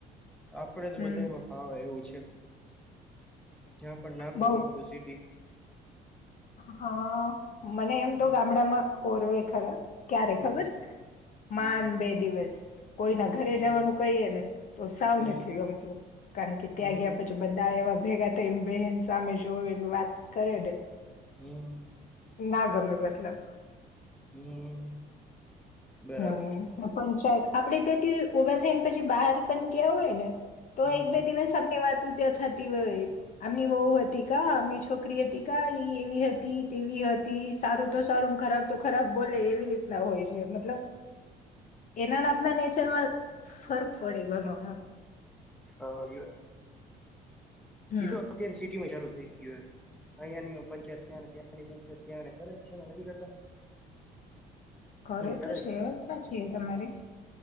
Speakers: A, in the centre; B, on the left.
A: આપડે તો
B: હમ
A: બધામાં ફાવા એવું છે જ્યાં પણ નાખો
B: બઉ
A: ગામડું
B: જ
A: સિટી
B: હા મને એમ
A: હમ
B: તો ગામડામાં હોરવે ખરા ક્યારે
A: હમ
B: ખબર
A: હમ
B: માન બે દિવસ કોઈના ઘરે
A: હમ
B: જવાનું કહીએ ને તો સાવ
A: હમ
B: નથી ગમતું કારણ કે ત્યાં
A: હમ
B: ગયા પછી બધા એવા ભેગા થઈને બહેન સામે જોવે એને વાત કરે ને
A: હમ
B: ના ગમે મતલબ
A: હમ બરાબર
B: હમ પણ સા આપડે તથી ભા થાયને પછી બહાર પણ ગયા હોય ને તો
A: હમ
B: એક
A: હમ
B: બે દિવસ અમની વાત ત્યાં થતી હોય અમની બહુ હતી કા અમની છોકરી ક હતી કા ઈ એવી હતી તેવી હતી સારું તો સારું ખરાબ તો ખરાબ બોલે એવી રીતે એટલા હોય છે મતલબ એનાના આપણા નેચરમાં ફર્ક પડે ઘણ એમ
A: હા
B: હમ
A: એ તો અત્યારે સિટી માં ચાલુ થઈ ગ અહિયાયા ની પંચાયત ત્યાંને ત્યાંની પંચાયત ત્યાંને ખરે જ છે ને નથી કરતા
B: ઘરે
A: હમ કરે
B: તો છે
A: જ
B: વ્યવસ્થા છે
A: હા
B: તમારી